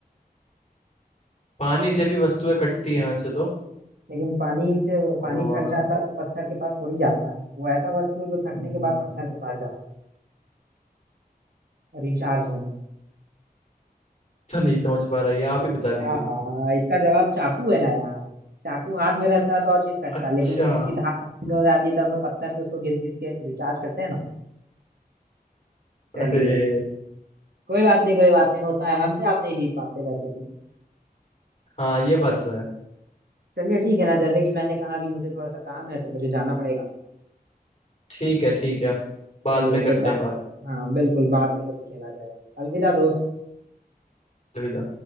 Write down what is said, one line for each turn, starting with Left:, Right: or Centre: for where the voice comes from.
Left: पानी से भी वस्तुएं कटती हैं वैसे तो
Right: लेकिन पानी से पानी
Left: और
Right: थक जाता है तो पत्थर के पास थोड़ी जाता है वो ऐसा वस्तु है जो
Left: हम्म,
Right: थकने के बाद पत्थर के पास जाता है रिचार्ज होने
Left: <laughs> तो नहीं समझ पा रहा ये आप ही बता दीजिए
Right: हाँ हाँ हाँ, इसका जवाब चाकू है ना यार चाकू हाथ में रहता है सौ चीज कटता
Left: अच्छा
Right: है लेकिन जब उसकी धार ठंडी हो जाती है तो हम लोग पत्थर से उसको घिस घिस के रिचार्ज करते हैं ना
Left: अरे
Right: चलिए कोई बात नहीं कोई बात नहीं होता है हमसे आप नहीं जीत पाते वैसे भी
Left: हाँ ये बात तो है
Right: चलिए ठीक है ना जैसे कि मैंने कहा कि मुझे थोड़ा सा काम है तो मुझे जाना पड़ेगा
Left: ठीक है ठीक है बाद
Right: चलिए
Left: में करते
Right: फिर बात
Left: हैं बात
Right: हाँ बिल्कुल बाद में कभी खेला जाएगा अलविदा दोस्त
Left: अलविदा